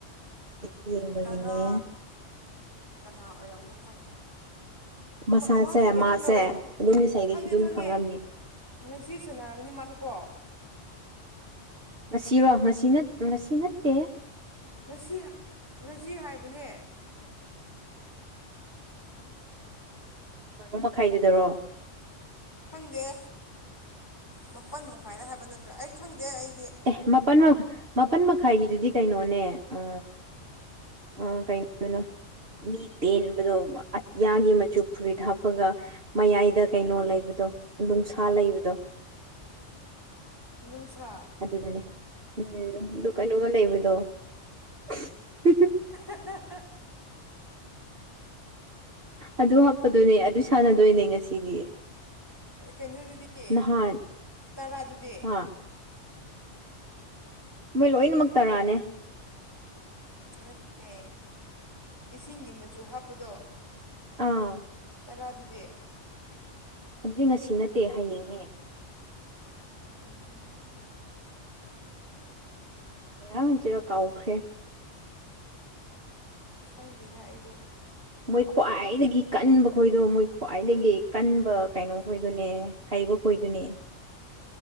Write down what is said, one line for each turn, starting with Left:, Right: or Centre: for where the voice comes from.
Right: ꯑꯩꯗꯤ ꯌꯦꯡꯕꯒꯤꯅꯦ
Left: ꯇꯔꯥ ꯀꯅꯥ ꯑꯣꯏꯔꯝꯒꯅꯤ ꯈꯪ
Right: ꯃꯁꯥꯁꯦ
Left: ꯃꯥꯁꯨ ꯀꯩꯅꯣ
Right: ꯃꯥꯁꯦ
Left: ꯇꯧꯔꯝ
Right: ꯑꯗꯨꯝ ꯏꯁꯩꯗꯨꯁꯨ
Left: ꯈꯪꯉꯦ
Right: ꯑꯗꯨꯝ
Left: ꯈꯪꯉꯦ
Right: ꯈꯪꯔꯝꯅꯤ
Left: ꯉꯁꯤ ꯁꯅꯥꯒꯅꯤ ꯃꯥꯖꯨꯀꯣ
Right: ꯉꯁꯤꯔꯣ ꯉꯁꯤ ꯅꯠ ꯉꯁꯤ ꯅꯠꯇꯦꯍꯦ
Left: ꯉꯁꯤ ꯉꯁꯤ ꯍꯥꯏꯕꯅꯦ
Right: ꯕꯥꯔꯣ ꯃꯈꯥꯏꯗꯨꯗꯔꯣ
Left: ꯈꯪꯗꯦ ꯃꯥꯄꯟ ꯃꯈꯥꯏꯗ ꯍꯥꯏꯕ ꯅꯠꯇ꯭ꯔꯣ ꯑꯩ ꯈꯪꯗꯦ ꯑꯩ
Right: ꯑꯦ ꯃꯥꯄꯜ ꯃꯈꯥ ꯃꯥꯄꯜ ꯃꯈꯥꯏꯒꯤꯗꯨꯗꯤ ꯀꯩꯅꯣꯅꯦ ꯑ ꯑ ꯀꯩꯅꯣ ꯀꯩꯅꯣ ꯃꯤ ꯇꯦꯟꯕꯗꯣ ꯑꯇꯤꯌꯥꯒꯤ ꯃꯆꯨ ꯐꯨꯔꯤꯠ ꯍꯥꯞꯄꯒ ꯃꯌꯥꯏꯗ ꯀꯩꯅꯣ ꯂꯩꯕ ꯗꯣ ꯅꯨꯡꯁꯥ ꯂꯩꯕꯗꯣ
Left: ꯃꯅꯨꯡꯁꯥ
Right: ꯑꯗꯨꯗꯨꯅꯦ ꯎꯝ ꯑꯗꯨ ꯀꯩꯅꯣꯝꯃ ꯂꯩꯕꯗꯣ <unintelligible>
Left: <unintelligible>
Right: ꯑꯗꯨ ꯍꯥꯞꯄꯗꯨꯅꯦ ꯑꯗꯨ ꯁꯥꯟꯅꯗꯣꯏꯅꯦ ꯉꯁꯤꯗꯤ
Left: ꯀꯩꯅꯣꯗꯨꯗꯤ
Right: ꯅꯍꯥꯟ
Left: ꯇꯔꯥꯗꯨꯗꯤ
Right: ꯑꯥ ꯃꯣꯏ ꯂꯣꯏꯅꯃꯛ ꯇꯔꯥꯅꯦ
Left: ꯅꯠꯇꯦ ꯏꯁꯤꯡꯒꯤ ꯃꯆꯨ ꯍꯥꯞꯄꯗꯣ
Right: ꯑꯥ
Left: ꯇꯔꯥꯗꯨꯗꯤ
Right: ꯑꯗꯨꯗꯤ ꯉꯁꯤ ꯅꯠꯇꯦ ꯍꯌꯦꯡꯅꯦ
Left: ꯎꯝ
Right: ꯍꯩꯌꯥ ꯖꯦꯔꯣ ꯀꯥꯎꯈ꯭ꯔꯦ
Left: ꯈꯪꯗꯦꯗ ꯑꯩꯗꯤ
Right: ꯃꯣꯏ ꯈ꯭ꯋꯥꯏꯗꯒꯤ ꯀꯟꯕ ꯈꯣꯏꯗꯣ ꯃꯣꯏ ꯈ꯭ꯋꯥꯏꯗꯒꯤ ꯀꯟꯕ ꯀꯩꯅꯣ ꯈꯣꯏꯗꯨꯅꯦ ꯍꯩꯕ ꯍꯣꯏꯗꯨꯅꯦ